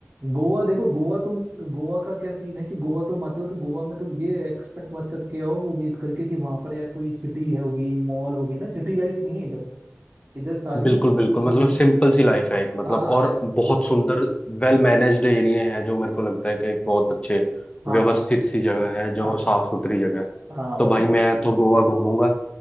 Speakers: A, on the right; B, on the left.
A: गोवा देखो गोवा तुम गोवा का क्या सीन है कि गोवा तुम आते हो तो गोवा में तुम ये एक्सपेक्ट मत करके आओ उम्मीद करके कि वहां पर यार कोई सिटी है होगी मॉल होगी ना सिटी लाइफ नहीं है इधर इधर सारी
B: बिल्कुल बिल्कुल
A: हम्म,
B: मतलब सिंपल सी लाइफ है एक मतलब
A: हाँ
B: और बहुत सुंदर वेल मैनेज्ड एरिया है जो मेरे को लगता है कि एक बहुत अच्छे
A: हाँ
B: व्यवस्थित सी जगह है जो
A: हाँ
B: साफ सुथरी जगह है
A: हाँ और
B: तो भाई
A: सब
B: मैं तो गोवा घूमूंगा